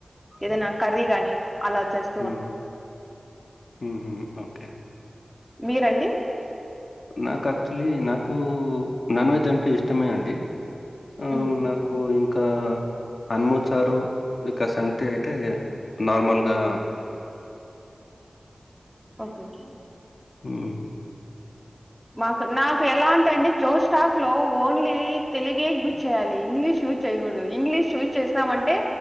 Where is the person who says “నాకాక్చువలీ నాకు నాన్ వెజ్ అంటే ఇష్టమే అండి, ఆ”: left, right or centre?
Left